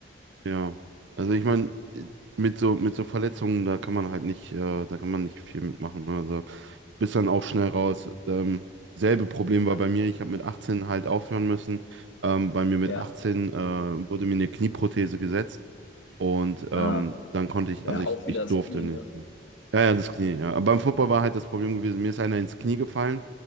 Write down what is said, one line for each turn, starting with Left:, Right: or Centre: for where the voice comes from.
Right: Ja. Also ich meine, mit so, mit so Verletzungen, da kann man halt nicht, äh, da kann man nicht viel mitmachen. ne? Also bist dann auch schnell raus. Ähm, selbe Problem
Left: Ja,
Right: war bei mir, ich habe mit 18 halt aufhören müssen, ähm, weil mir mit
Left: ja.
Right: 18 äh, wurde mir eine Knieprothese gesetzt und ähm,
Left: Ah,
Right: dann konnte ich,
Left: Ja,
Right: also ich,
Left: auch
Right: ich
Left: wieder das
Right: durfte
Left: Knie,
Right: nicht.
Left: ne?
Right: mehr. Ja, ja, das Knie, ja. Aber beim Football war halt das Problem gewesen, mir ist einer ins Knie gefallen.